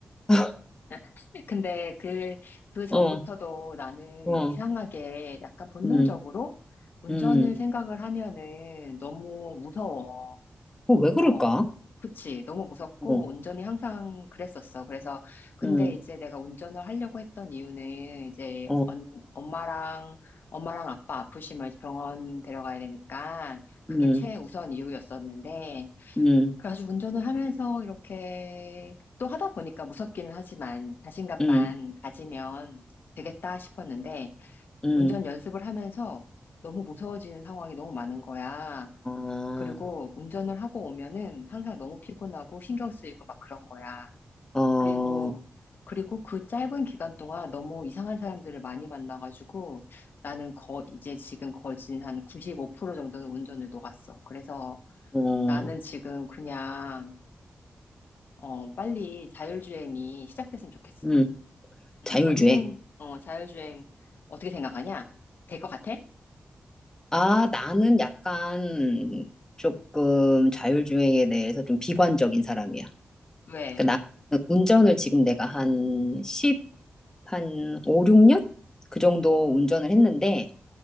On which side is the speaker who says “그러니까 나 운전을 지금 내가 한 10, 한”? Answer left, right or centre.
Left